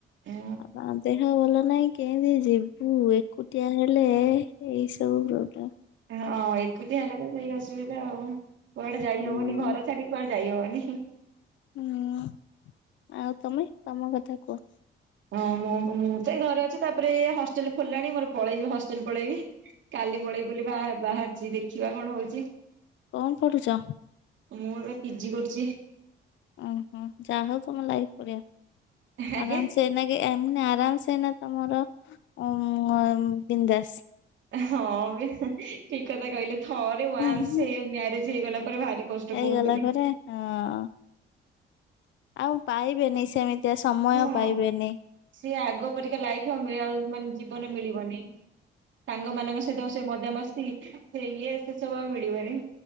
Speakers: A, on the right; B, on the left.
A: ହଁ
B: ଆ ବା ଦେହ ଭଲ ନାହିଁ କେମିତି ଯିବୁ ଏକୁଟିଆ ହେଲେ-ଏ-ଏ ଏଇସବୁ ପ୍ରୋବ୍ଲେମ।
A: ହଁ ଏକୁଟିଆ ହେଲେ ତ ସେଇ ଅସୁବିଧା ଆଉ। କୁଆଡେ ଯାଇ
B: ହୁଁ।
A: ହବନି ଘର ଛାଡିି କୁଆଡେ ଯାଇ ହବନି।
B: ହୁଁ ଆଉ ତମେ ତମ କଥା କୁଅ।
A: ହଁ ମୁଁ ମୁଁ ତ ଏଇ ଘରେ ଅଛି ତାପରେ ଏ ହଷ୍ଟେଲ ଖୋଲିଲାଣି ମୋର ପଳେଇବି ହଷ୍ଟେଲ ପଳେଇବି। କାଲି ପଳେଇବି ବୋଲି ବାହା ବାହାରିଛି ଦେଖିବା କଣ ହଉଛି।
B: କଣ ପଢ଼ୁଚ?
A: ମୁଁ ଏବେ ପି ଜି କରୁଚି।
B: ଓହୋ ଯା ହଉ ତମ ଲାଇଫ୍ ରେ
A: ଆଜ୍ଞା
B: ଆରାମ୍ ସେ ସେନାକି ଏମ ଆରାମସେ ନା ତମର ଉ-ଉ-ଉ-ଉ ବିନ୍ଦାସ୍।
A: ହଁ ଏବେ ଠିକ୍ କଥା କହିଲେ ଥରେ ୱାନ୍ସ
B: ହୁଁ ହୁଁ
A: ଏ ମ୍ୟାରେଜ୍ ହେଇଗଲା ପରେ ଭାରି କଷ୍ଟ
B: ହେଇଗଲା
A: କୁହନ୍ତୁନି
B: ପରେ ହଁ ଆଉ ପାଇବେନି ସେମିତି ତେ ସମୟ
A: ହଁ
B: ପାଇବେନି।
A: ସେ ଆଗ ପରିକା ଲାଇଫ ଆ ମିଆ ମାନେ ଜୀବନ ମିଳିବନି। ସାଙ୍ଗ ମାନଙ୍କ ସହିତ ସେ ମଜାମସ୍ତି ସେ ଇଏ ସେ ସବୁ ଆଉ ମିଳିବନି।